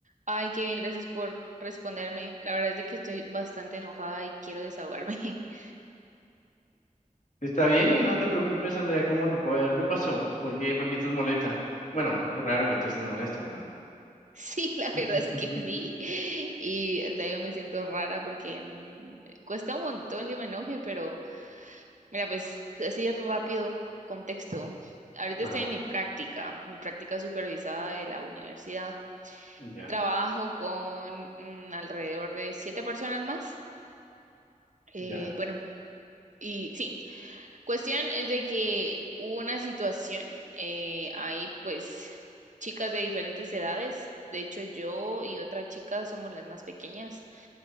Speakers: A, on the right; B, on the left.
A: Ay, qué bien, gracias por responderme. La verdad es de que estoy bastante enojada y quiero desahogarme. <laughs>
B: Está bien, no te preocupes, Andrea, ¿cómo te puedo ayudar? ¿Qué pasó? ¿Por qué, por qué estás molesta? Bueno, es raro que te estés molesta, ¿verdad?
A: Sí, la verdad
B: <laughs>
A: es que sí. Y hasta yo me siento rara porque mm, cuesta un montón que me enoje, pero mira, pues así rápido, contexto. Ahorita
B: Ajá,
A: estoy en mi práctica, mi práctica supervisada de la universidad.
B: ya,
A: Trabajo con mm, alrededor de siete personas más. Eh,
B: ya.
A: bueno, y sí. Cuestión es de que hubo una situación, eh, hay pues chicas de diferentes edades, de hecho yo y otra chica somos las más pequeñas,